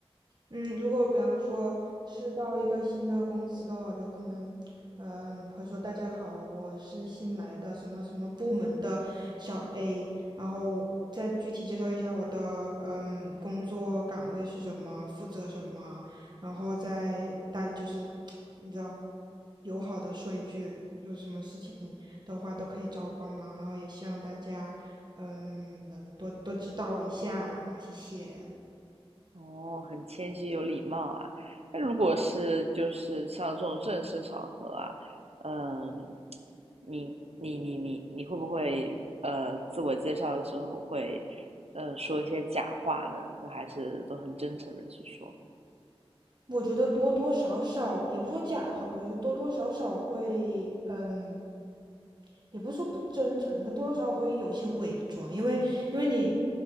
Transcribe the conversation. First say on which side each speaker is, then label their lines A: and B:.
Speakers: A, on the right; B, on the right.
A: 嗯，如果比方说是到一个新的公司的话，我就可能，嗯，会说大家好，我是新来的什么什么部门的小 A，然后我再具体介绍一下我的嗯工作岗位是什么，负责什么，然后再大就是 <tsk> 你知道，友好的说一句，有什么事情的话都可以找我帮忙，然后也希望大家嗯能多多指导我一下啊，谢谢。
B: 哦，很谦虚有礼貌啊。那如果是就是像这种正式场合啊，嗯，你你你你你会不会呃自我介绍的时候会呃说一些假话呢？就还是都很真诚的去说？
A: 我觉得多多少少，也不说假话吧，就是多多少少会，嗯，也不是说不真诚，可多多少少会有些伪装，因为因为你